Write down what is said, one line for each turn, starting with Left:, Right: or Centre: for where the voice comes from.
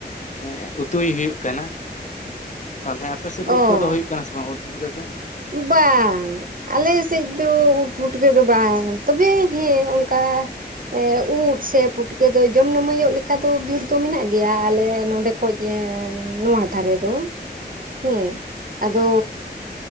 Left: ᱮᱸᱜ ᱩᱛᱩᱭ ᱦᱩᱭᱩᱜ ᱠᱟᱱᱟ ᱾ <inaudible> ᱛᱟᱞᱦᱮ ᱟᱯᱮ ᱥᱮᱫ ᱩᱫ
Right: ᱚ
Left: ᱠᱚᱫᱚ ᱦᱩᱭᱩᱜ ᱠᱟᱱᱟ ᱥᱮ ᱵᱟᱝ ᱩᱫ ᱯᱩᱴᱠᱟᱹ ᱠᱚ?
Right: ᱵᱟᱝ᱾ ᱟᱞᱮ ᱥᱮᱡ ᱫᱚ ᱩᱫ ᱯᱩᱴᱠᱟᱹ ᱫᱚ ᱵᱟᱝ ᱾ ᱛᱚᱵᱮ ᱦᱮᱸ ᱚᱱᱠᱟ ᱮ ᱩᱫ ᱥᱮ ᱯᱩᱴᱠᱟᱹ ᱫᱚ ᱡᱚᱢ ᱱᱟᱹᱢᱟᱹᱭᱚᱜ ᱞᱮᱠᱟ ᱫᱚ ᱵᱤᱨ ᱫᱚ ᱢᱮᱱᱟᱜ ᱜᱮᱭᱟ ᱟᱞᱮ ᱱᱚᱸᱰᱮ ᱠᱷᱚᱡ ᱱᱚᱣᱟ ᱫᱷᱟᱨᱮ ᱫᱚ ᱾ <inaudible> ᱦᱮᱸ ᱾ ᱟᱫᱚᱻ